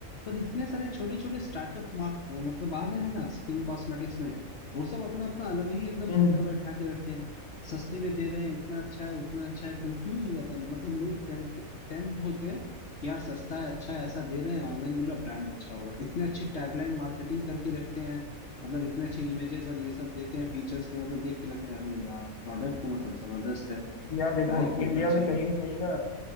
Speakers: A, on the left (about 55°); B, on the left (about 80°).
A: पर इतने सारे छोटे छोटे स्टार्टअप मार्क मतलब आ गए हैं ना स्किन कॉस्मेटिक्स में वो सब अपना अपना अलग ही एकदम
B: हम्म,
A: धंधा बैठा के रखे हैं सस्ते में दे रहे हैं इतना अच्छा है उतना अच्छा है कंफ्यूज हो जाता है मतलब लोग टेम्प्ट टेम्प्ट होते हैं यार सस्ता है अच्छा है ऐसा दे रहे हैं ऑनलाइन मिला ब्रांड अच्छा होगा इतने अच्छी टैगलाइन मार्केटिंग करके रखते हैं मतलब इतने अच्छे इमेजेस और ये सब देते हैं फीचर्स के मतलब देख के लगता है अरे यार प्रोडक्ट तो मतलब जबरदस्त है
B: यार देखो
A: ट्राई करना
B: इंडिया
A: चाहिए
B: में कहीं ना कहीं ना